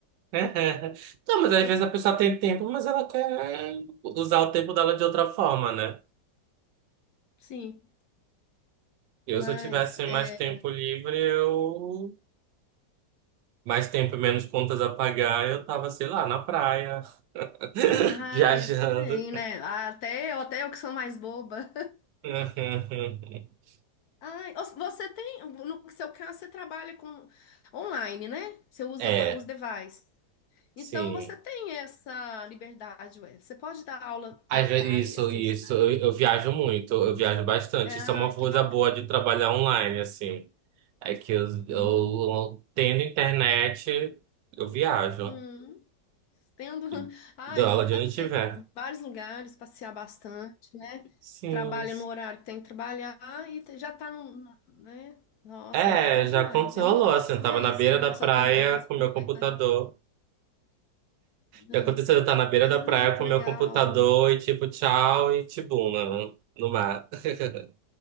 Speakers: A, on the right; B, on the left.
A: <laughs> Não, mas às
B: Tempo,
A: vezes a pessoa tem tempo, mas ela quer usar o tempo dela de outra forma, né?
B: sim.
A: Eu,
B: Mas,
A: se eu tivesse
B: é...
A: mais tempo livre, eu. Mais tempo e menos contas a pagar, eu tava, sei lá, na praia, <laughs>
B: Ah,
A: viajando.
B: eu também, né? Ah, Até eu, até eu que sou mais boba. <laughs>
A: <laughs>
B: Ai, os- você tem... No seu caso, você trabalha com online, né? Você usa
A: É,
B: pa- os devices.
A: sim.
B: Então você tem essa liberdade, ué. Você pode dar aula
A: Às
B: numa praia,
A: ve- Isso,
B: assim,
A: isso.
B: de
A: Eu, eu viajo muito, eu viajo bastante.
B: Ah,
A: Isso é uma coisa
B: que bacana.
A: boa de trabalhar online, assim. É que eu, eu
B: Uhum.
A: tendo internet, eu viajo.
B: Uhum. Tendo. <laughs>
A: E
B: Ai,
A: Dou aula de
B: dá
A: onde
B: para você
A: tiver.
B: ir pra vários lugares, passear bastante, né?
A: Sim.
B: Trabalha no horário que tem que trabalhar e te- já tá no. no- Né? Nossa,
A: É,
B: é legal demais.
A: já aconteceu,
B: Eu
A: rolou,
B: não posso
A: assim. Eu
B: fazer
A: tava
B: isso,
A: na beira
B: né?
A: da
B: Eu só
A: praia
B: tenho. Eu posso
A: com
B: aproveitar.
A: meu computador.
B: Ah.
A: E aconteceu, eu tava na beira
B: Ai,
A: da praia
B: que
A: com
B: legal.
A: meu computador e tipo, tchau e tibuna no mar. <laughs>